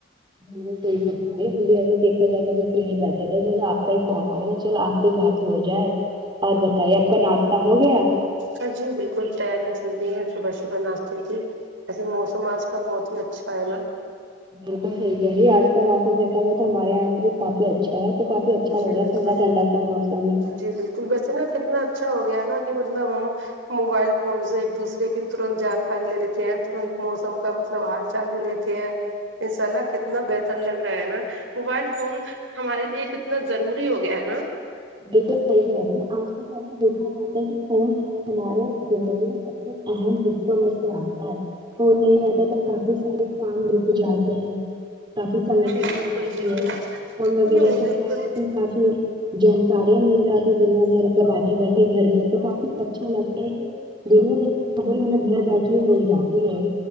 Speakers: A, on the right; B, on the right.
A: <unintelligible> ایسے دیکا جائے تو فری بیٹھے تھا چلو آپ کا ہی فون آ گا چلو آپ پھر بات ہو جائے اور بتائیے آپ کا ناشتہ ہو گیا
B: ہاں جی بالکل تیاریاں چل رہی ہیں صبح صبح ناشتے کی ایسے موسم آج کل بہت ہی اچھا ہے نا
A: بالکل صحیح کہہ رہی آج کا موسم دیکھا جائے تو ہمارے یہاں بھی کافی اچھا ہے تو کافی بھی اچھا لگ
B: جی
A: رہا
B: بالکل
A: ٹنھڈا ٹنھڈا کا موسم ہے
B: جی بالکل ویسے نا کتنا اچھا ہو گیا نا کہ مطلب ہم موبائل فون سے ایک دوسرے کی ترنت جانکاری لے لیتے ہیں ترنت موسم کا مط مطلب حال چال لے لیتے ہیں انشاء اللہ کتنا بہتر لگ رہا ہے نا موبائل فون ہمارے لیے اتنا ضروری ہو گیا ہے نا
A: بالکل صحیح کہہ رہی آج کے جیسے دیکھا جاتا ہے کہ کون ہے ہمارے زندگی میں اہم حصوں میں سے آتا ہے وہ نہیں رہتا تھا کافی سارے کام روک جاتے ہیں کافی سمسیا
B: جی بالکل
A: ہو جاتی
B: بالکل
A: ہے فون وغیرہ
B: ہوں
A: سے
B: بالکل
A: کیا کافی جان کاریاں مل جاتی دنیا بھر کے بیٹھے بیٹھے گھر میں تو کافی اچھا لگتا ہے کہ دنیا بھر کی خبر ہمیں گھر بیٹھے ہی مل جاتی ہے